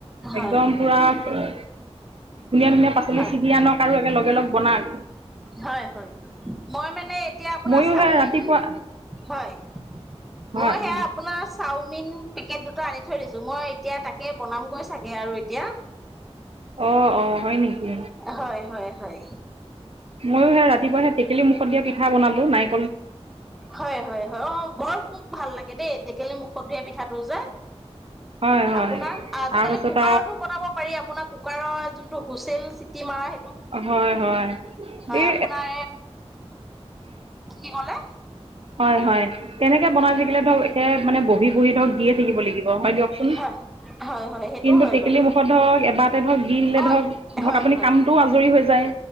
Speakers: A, in the centre; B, on the right (about 60°).
A: হয়
B: একদম
A: হয়
B: পুৰা ধুনীয়া ধুনীয়া পাচলি
A: হয়
B: ছিগি আনক আৰু একে লগালগ বনাক।
A: হয় হয় মই মানে এতিয়া আপোনাৰ
B: ময়ো
A: চাওমিন,
B: সেই ৰাতিপুৱা
A: হয়
B: হয়
A: মই সেয়া
B: হয়
A: আপোনাৰ চাওমিন পেকেট দুটা আনি থৈ দিছোঁ মই এতিয়া তাকে বনামগৈ চাগে আৰু এতিয়া।
B: অ' অ' হয় নেকি?
A: হয় হয় হয়।
B: ময়ো সেই ৰাতিপুৱা সেই টেকেলি মুখত দিয়া পিঠা বনালো নাৰি
A: হয় হয় হয় অ' বৰ খুব ভাল লাগে দেই টেকেলি মুখত দিয়া পিঠাটো যে।
B: হয় হয়
A: আপোনাক আজিকালি
B: তাৰপাছত
A: কুকাৰতো বনাব পাৰি আপোনাক কুকাৰৰ যোনটো হুইচেল চিটি মৰা স
B: হয় হয়, এ
A: আপোনাৰ কি ক'লে?
B: হয় হয় তেনেকে বনাই থাকিলে ধৰক এতে মানে বহি বহি ধৰক দিয়ে থাকিব লাগিব। হয় দিয়কচোন,
A: হয় হয় হয় সেইটো
B: কিন্তু
A: হয়
B: টেকেলি
A: বাৰু
B: মুখত ধৰক এবাৰ ধৰক দি দিলে
A: অ
B: ধৰক ধৰক
A: হয়
B: আপুনি
A: হয়
B: কামটোও আজৰি হৈ যায়।